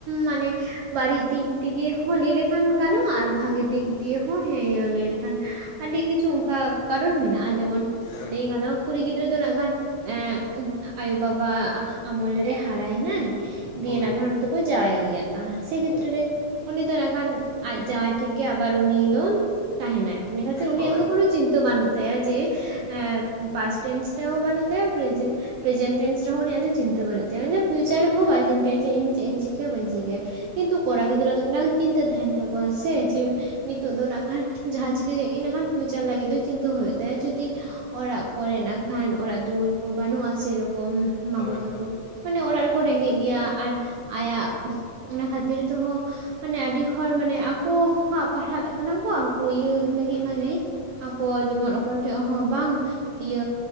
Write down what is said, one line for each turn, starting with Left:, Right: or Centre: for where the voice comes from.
Right: ᱢᱟᱱᱮᱼᱼ ᱵᱟᱹᱲᱤᱡ ᱫᱤᱠ ᱫᱤᱜᱮ ᱦᱚᱸ ᱞᱟᱹᱭ ᱞᱮᱠᱷᱟᱱ ᱜᱟᱱᱚᱜᱼᱟ ᱟᱨᱼᱼ ᱵᱷᱟᱜᱮ ᱫᱤᱠ ᱫᱤᱭᱮ ᱦᱚᱸ ᱦᱮᱸ ᱤᱭᱟᱹ ᱞᱟᱹᱭ ᱞᱮᱠᱷᱟᱱ ᱟᱹᱰᱤ ᱠᱤᱪᱷᱩ ᱚᱱᱠᱟᱼᱼ ᱠᱟᱨᱚᱱ ᱢᱮᱱᱟᱜᱼᱟ ᱡᱮᱢᱚᱱ
Left: ᱦᱳᱭ
Right: ᱞᱟᱹᱭ ᱜᱟᱱᱚᱜᱼᱟ ᱠᱩᱲᱤ ᱜᱤᱫᱽᱨᱟᱹ ᱫᱚ ᱱᱟᱜ ᱠᱷᱟᱱᱼᱼ ᱮᱸᱜ ᱟᱭᱩ ᱵᱟᱵᱟ ᱟᱢᱚᱞ ᱨᱮ ᱦᱟᱨᱟᱭ ᱱᱟᱭ
Left: ᱦᱳᱭ
Right: ᱫᱤᱭᱮ ᱜᱷᱟᱨᱚᱸᱡ ᱫᱚᱼᱼ ᱠᱚ ᱡᱟᱣᱟᱭ ᱮᱭᱟ। ᱥᱮ ᱠᱷᱮᱛᱨᱮ
Left: ᱦᱳᱭ
Right: ᱨᱮ ᱩᱱᱤ ᱫᱚ ᱱᱟᱜᱠᱷᱟᱱ ᱟᱡ ᱡᱟᱶᱟᱭ ᱴᱷᱮᱡ ᱜᱮ ᱟᱵᱟᱨ ᱩᱱᱤ ᱫᱚ ᱛᱟᱦᱮᱱᱟᱭ ᱩᱱᱤ <inaudible> ᱩᱱᱤᱭᱟᱜ
Left: ᱦᱳᱭ
Right: ᱫᱚ ᱠᱳᱱᱳ ᱪᱤᱱᱛᱟᱹ ᱵᱟᱹᱱᱩᱜ ᱛᱟᱭᱟ ᱡᱮ ᱮᱸ ᱯᱟᱥ ᱴᱮᱱᱥ ᱨᱮᱦᱚᱸ ᱵᱟᱹᱱᱩᱜ ᱛᱟᱭᱟ ᱯᱨᱮᱡᱮᱱ ᱯᱨᱮᱡᱮᱱᱴᱮᱱᱥ ᱨᱮᱦᱚᱸ ᱩᱱᱤᱭᱟᱜ ᱫᱚ ᱪᱤᱱᱛᱟᱹ ᱵᱟᱹᱱᱩᱜ ᱛᱟᱭᱟ ᱩᱱᱤᱫᱚ ᱯᱷᱤᱭᱩᱪᱟᱨ
Left: ᱦᱳᱭ
Right: ᱨᱮᱦᱚᱸ
Left: ᱦᱳᱭ
Right: ᱵᱟᱭ ᱪᱤᱱᱛᱟᱹᱭᱟ ᱡᱮ ᱤᱧ ᱪᱮᱫ ᱤᱧ ᱪᱤᱠᱟᱹᱭᱟ ᱵᱟᱹᱧ ᱪᱤᱠᱟᱹᱭᱟ। ᱠᱤᱱᱛᱩ ᱠᱚᱲᱟ ᱜᱤᱫᱽᱨᱟᱹ ᱫᱚ ᱢᱤᱫᱴᱟᱝ ᱪᱤᱱᱛᱟᱹ ᱛᱟᱦᱮᱱ ᱛᱟᱠᱚᱣᱟ ᱥᱮ ᱡᱮ ᱱᱤᱛᱚᱜ ᱫᱚ ᱱᱟᱜᱽ ᱠᱷᱟᱱ ᱡᱟᱦᱟᱸ ᱪᱤᱠᱟᱹᱠᱮᱜ ᱜᱤᱧ। ᱠᱷᱟᱱ ᱯᱷᱤᱭᱩᱪᱟᱨ ᱞᱟᱹᱜᱤᱫ ᱫᱚ ᱪᱤᱱᱛᱟᱹ ᱦᱩᱭᱩᱜ ᱛᱟᱭᱟ ᱡᱩᱫᱤ ᱚᱲᱟᱜ ᱠᱚᱨᱮᱱᱟᱜ ᱠᱷᱟᱱ ᱚᱲᱟᱜ ᱫᱩᱣᱟᱹᱨ ᱠᱚ ᱵᱟᱹᱱᱩᱜᱼᱟ ᱥᱮ ᱥᱮᱨᱚᱠᱚᱢ। ᱢᱟᱜᱳ
Left: ᱦᱳᱭ
Right: ᱛᱟᱠᱚ
Left: ᱦᱳᱭ
Right: ᱢᱟᱱᱮ ᱚᱲᱟᱜ ᱨᱮᱠᱚ ᱨᱮᱸᱜᱮᱡ
Left: ᱦᱳᱭ
Right: ᱜᱮᱭᱟ᱾ ᱟᱨ ᱟᱭᱟᱜ ᱚᱱᱟ ᱠᱷᱟᱹᱛᱤᱨ ᱛᱮᱦᱚᱸ ᱢᱟᱱᱮ ᱟᱹᱰᱤ ᱦᱚᱲ ᱢᱟᱱᱮ ᱟᱠᱚᱣᱟᱜ ᱯᱟᱲᱦᱟᱜ ᱞᱮᱠᱟᱱᱟ ᱠᱚ ᱤᱭᱟᱹ ᱞᱟᱹᱜᱤᱫ
Left: ᱦᱩᱸ
Right: ᱢᱟᱱᱮ ᱟᱠᱚ ᱡᱮᱢᱚᱱ ᱚᱠᱚᱭ ᱴᱷᱮᱡ ᱦᱚᱸ ᱵᱟᱝ। ᱤᱭᱟᱹ